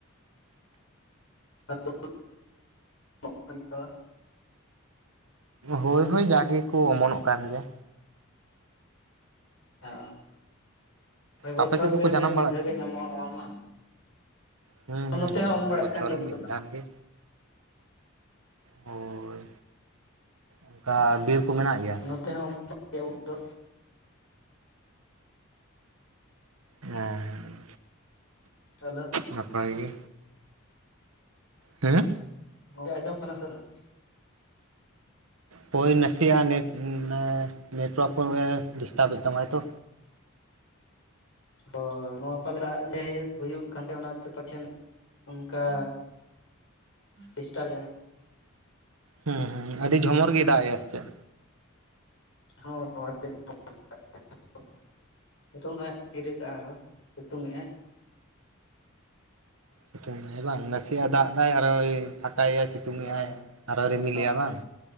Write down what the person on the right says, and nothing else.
ᱦᱳᱭ ᱦᱳᱭ ᱡᱟᱜᱮ ᱠᱚ ᱚᱢᱚᱱᱚᱜ ᱠᱟᱱ ᱜᱮᱭᱟ᱾
ᱟᱯᱮ ᱥᱮᱫ ᱫᱚᱠᱚ
ᱡᱟᱱᱟᱢ
ᱦᱮᱸ
ᱦᱮᱸ
ᱦᱮᱸ
ᱵᱚᱪᱷᱚᱨ
ᱨᱮ
ᱢᱤᱫ ᱫᱷᱟᱣ ᱜᱮ᱾ ᱦᱳᱭ ᱚᱝᱠᱟ ᱵᱤᱨ ᱠᱚ ᱢᱮᱱᱟᱜ ᱜᱮᱭᱟ᱾
ᱦᱮᱸᱻ
ᱱᱟᱯᱟᱭ ᱜᱮ᱾ ᱩᱸ
ᱯᱳᱭ ᱱᱟᱥᱤᱭᱟᱜ ᱱᱮᱴ ᱩᱸ ᱢᱟᱱᱮ ᱱᱮᱴᱣᱚᱨᱠ ᱯᱷᱚᱱ ᱨᱮ ᱠᱚᱜᱮ ᱰᱤᱥᱴᱟᱵᱮ ᱛᱟᱢᱟᱭ ᱛᱚ᱾
ᱦᱩᱸ ᱦᱩᱸ ᱦᱩᱸ ᱟᱰᱤ ᱡᱷᱚᱢᱚᱨ ᱜᱮ ᱫᱟᱜᱽ ᱮᱜ-ᱟᱭ ᱥᱮ ᱪᱮᱜ?
ᱥᱤᱛᱩᱝᱟᱭ ᱵᱟᱝ ᱱᱟᱥᱤᱭᱟᱜ ᱫᱟᱜᱽ ᱫᱟᱭ ᱟᱨ ᱦᱚᱸᱭ ᱯᱷᱟᱸᱠᱟ ᱭᱟᱭ ᱥᱤ ᱛᱩᱝᱮᱜ-ᱟᱭ
ᱟᱨ ᱦᱚᱸ ᱨᱤᱢᱤᱞᱮᱜ-ᱟ
ᱵᱟᱝ᱾